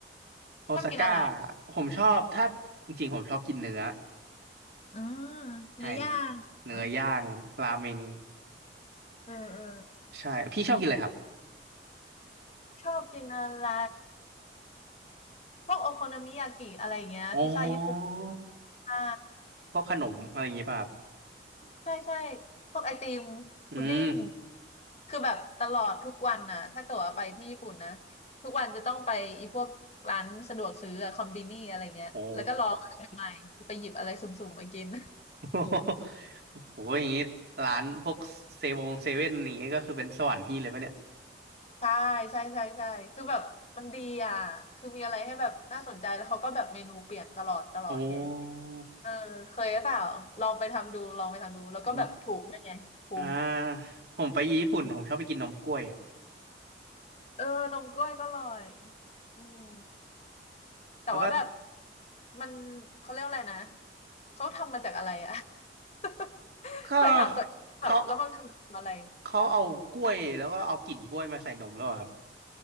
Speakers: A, on the right; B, on the left.
A: โอซาก้า
B: ชอบกินอะไร
A: ผมชอบถ้าจริงๆผมชอบกินเนื้อ
B: อืมเนื้อย่างเหรอ
A: ใช่เนื้อย่างราเมง
B: เออเออ
A: ใช่พี่ชอบกินอะไรครับ
B: ชอบกินอะไรพวกโอโคโนมิยากิอะไรอย่างเงี้ยพิซซ่าญี่ปุ่น
A: อ๋อ
B: ใช่
A: พวกขนมอะไรอย่างงี้ป่ะครับ
B: ใช่ใช่พวกไอติม
A: อืม
B: พุดดิ้งคือแบบตลอดทุกวันน่ะถ้าเกิดว่าไปที่ญี่ปุ่นนะทุกวันจะต้องไปอีพวกร้านสะดวกซื้ออะคอมบินี่อะไรเงี้ยแล้วก็ลองอะไรใหม่ๆไปหยิบอะไรสุ่มๆมากิน
A: โอ้ <laughs> โหอย่างงี้ร้านพวกเซเวงเซเว่นอย่างงี้ก็คือเป็นสวรรค์พี่เลยปะเนี่ย
B: ใช่ใช่ใช่ใช่คือแบบมันดีอ่ะคือมีอะไรให้แบบน่าสนใจแล้วเขาก็แบบเมนูเปลี่ยนตลอดตลอดไง
A: โอ้
B: เออเคยหรือเปล่าลองไปทำดูลองไปทำดูแล้วก็แบบถูกด้วยไงคุ้ม
A: อืมอ่าผมไปญี่ปุ่นผมชอบไปกินนมกล้วย
B: เออนมกล้วยก็อร่อยอืม แต่ว่าแบบ
A: แล้วก็
B: มันเขาเรียกอะไรนะเขาทำมาจากอะไรอะ <laughs>
A: ก็
B: เคยถามตัวเองแบบแล้วมันคือทำอะไร
A: เขาเขาเอากล้วยแล้วก็เอากลิ่นกล้วยมาใส่นมแล้วอะครับ